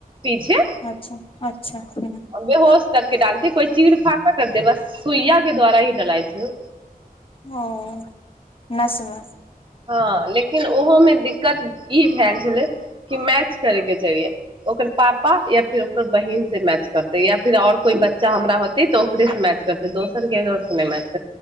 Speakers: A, on the right (about 35°); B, on the left (about 35°).
A: पीछे
B: अच्छा अच्छा हम्म,
A: बेहोश करके डालतेै कोइ चीर फार कर दे बस सुइया के द्वारा ही लड़ाइ छै
B: ओ नस मे
A: हँ लेकिन ओहो में दिक्कत ई भेल छले की मैच करे के चाहिये ओकर पापा या फिर ओकर बहिन से मैच करतै या फिर आओर कोइ बच्चा हमरा होतै तऽ ओकरेसँ मैच करतै दोसरके नहि मैच